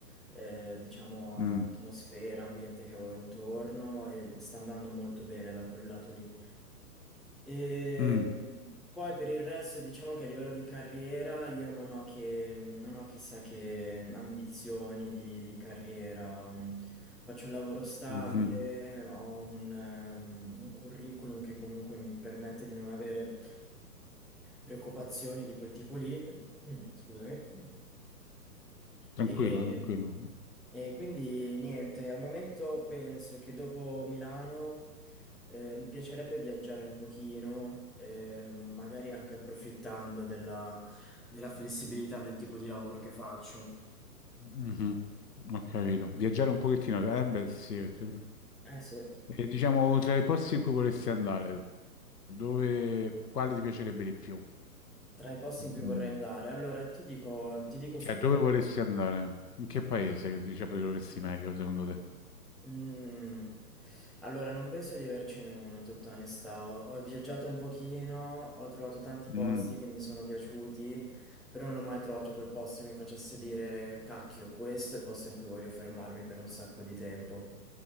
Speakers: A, in the centre; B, on the left (about 70°).
A: eh, diciamo,
B: Mm,
A: atmosfera, ambiente che avevo intorno e sta andando molto bene da quel lato lì. E
B: mm,
A: poi per il resto, diciamo che a livello di carriera io non ho, che, non ho chissà che ambizioni di, di carriera. Mm, Faccio un lavoro stabile,
B: mhm.
A: ho un, ehm, un curriculum che comunque mi permette di non avere preoccupazioni di quel tipo lì. Mm, Scusami.
B: Tranquillo,
A: Sì. E,
B: tranquillo.
A: e quindi niente, al momento penso che dopo Milano eh, mi piacerebbe viaggiare un pochino, eh, magari anche approfittando della, della flessibilità del tipo di lavoro che faccio.
B: Mhm, Ho capito. Viaggiare un pochettino, eh beh sì, perché...
A: Eh sì,
B: E diciamo, tra i posti in cui vorresti andare, dove, quale ti piacerebbe di più?
A: tra i posti
B: Mm,
A: in cui vorrei andare. Allora, ti dico, ti dico
B: Cioè,
A: subito,
B: dove vorresti andare? In che paese, diciamo, ti dovresti meglio, secondo te?
A: Mm. Allora, non penso di avercene uno, in tutta onestà. Ho, ho viaggiato un pochino, ho trovato tanti
B: Mm,
A: posti che mi sono piaciuti, però non ho mai trovato quel posto che mi facesse dire, cacchio, questo è il posto in cui voglio fermarmi per un sacco di tempo.